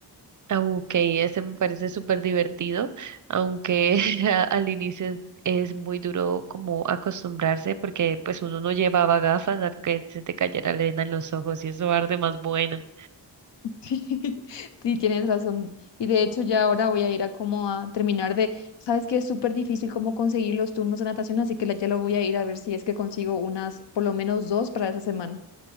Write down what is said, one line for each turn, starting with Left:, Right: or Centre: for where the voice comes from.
Right: Ah, Ok, ese me parece súper divertido, aunque <laughs> a- al inicio es es muy duro como acostumbrarse porque pues uno no llevaba gafas a que se te cayera la arena en los ojos y eso arde más bueno.
Left: Sí, <laughs> sí, tienes razón. Y de hecho ya ahora voy a ir a como a terminar de, sabes que es súper difícil como conseguir los turnos de natación, así que la- ya lo voy a ir a ver si es que consigo unas, por lo menos dos para esa semana.